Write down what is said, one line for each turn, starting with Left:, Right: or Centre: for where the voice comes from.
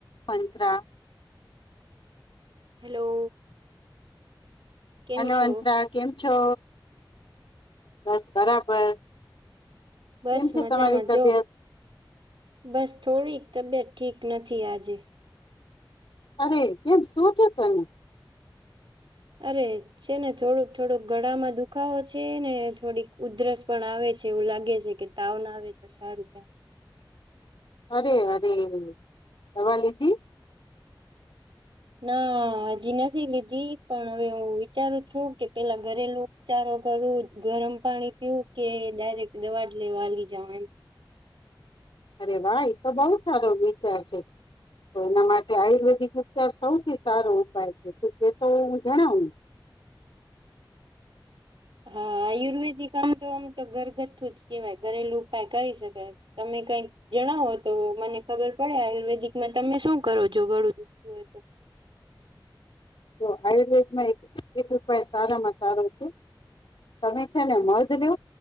Left: પંત્રા.
Right: Hello! કેમ
Left: hello
Right: છો
Left: અંત્રા કેમ છો? બસ બરાબર.
Right: બસ
Left: કેમ છે
Right: મજામાં
Left: તમારી તબિયત
Right: જો બસ થોડીક તબિયત ઠીક નથી આજે.
Left: અરે કેમ શું થયું તને?
Right: અરે છે ને થોડુંક થોડુંક ગળામાં દુખાવો છે ને થોડીક ઉધરસ પણ આવે છે એવું લાગે છે કે તાવ ના આવે તો સારું એમ
Left: અરે અરે દવા લીધી?
Right: ના હજી નથી લીધી પણ હવે હું વિચારું છું કે પેલા ઘરેલું ઉપચારો કરું ગરમ પાણી પીવું કે ડાયરેક્ટ દવા જ લેવા હાલી જાવ એમ.
Left: અરે વા એ તો બહુ સારો વિચાર છે તો એના માટે આયુર્વેદિક ઉપચાર સૌથી સારો ઉપાય છે એ તો હું જણાવું.
Right: હા આયુર્વેદિક આમ તો આમ તો ઘરગથ્થુ જ કેવાય ઘરેલું ઉપાય કરી શકાય તમે કઈક જણાવો તો મને ખબર પડે આયુર્વેદિકમાં તમે શું કરો છો ઘડું દુખું હોય તો.
Left: તો આયુર્વેદમાં એક એક ઉપાય સારામાં સારો છે તમે છે ને મધ લો